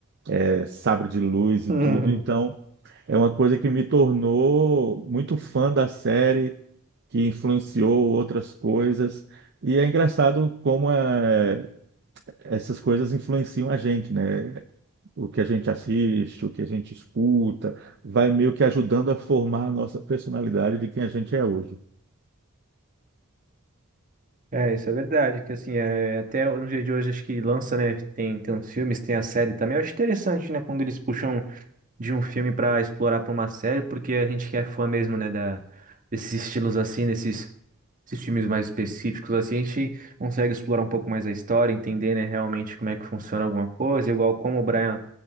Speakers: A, on the right; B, on the right.
A: é, sabre de luz e
B: <laughs> Hum,
A: tudo. Então, é uma coisa que me tornou muito fã da série, que influenciou outras coisas. E é engraçado como é, essas coisas influenciam a gente, né? O que a gente assiste, o que a gente escuta, vai meio que ajudando a formar a nossa personalidade de quem a gente é hoje.
B: É, isso é verdade, que assim, é, até no dia de hoje acho que lança, né, tem, tem uns filmes, tem a série também, eu acho interessante, né, quando eles puxam de um filme pra explorar pra uma série, porque a gente que é fã mesmo, né, da, desses estilos assim, desses esses filmes mais específicos assim, a gente consegue explorar um pouco mais a história, entender, né, realmente como é que funciona alguma coisa, igual como o Brian